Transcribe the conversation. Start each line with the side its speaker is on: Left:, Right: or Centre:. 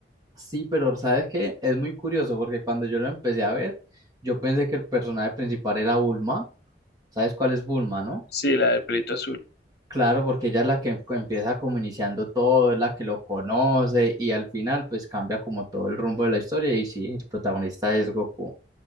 Right: Sí, pero ¿sabes qué? Es muy curioso porque cuando yo lo empecé a ver, yo pensé que el personaje principal era Bulma. ¿Sabes cuál es Bulma, no?
Left: sí, la del pelito azul.
Right: Claro, porque ella es la que em- empieza como iniciando todo, es la que lo conoce y al final pues cambia como todo el rumbo de la historia y sí, el protagonista es Goku.